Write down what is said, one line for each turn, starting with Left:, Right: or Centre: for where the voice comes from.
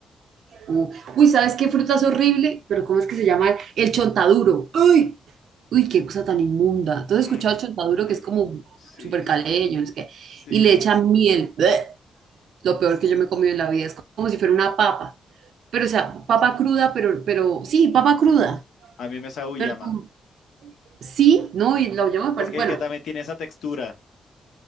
Right: Uh, Uy, ¿sabes qué fruta es horrible? Pero ¿cómo es que se llama? El chontaduro. Uy, uy, qué cosa tan inmunda. ¿Tú has
Left: Mm,
Right: escuchado chontaduro
Left: <laughs> ay,
Right: que es como
Left: sí,
Right: súper caleño, no sé qué?
Left: sí.
Right: Y le echan miel. Bleh. Lo peor
Left: s-
Right: que yo me he comido en la vida es como si fuera una papa. Pero,
Left: s-
Right: o sea, papa cruda, pero, pero, sí, papa cruda.
Left: A mí me sabe
Right: Pero
Left: llama.
Right: tú, sí, no, y la yo me
Left: Porque
Right: parece, bueno,
Left: que también tiene esa textura.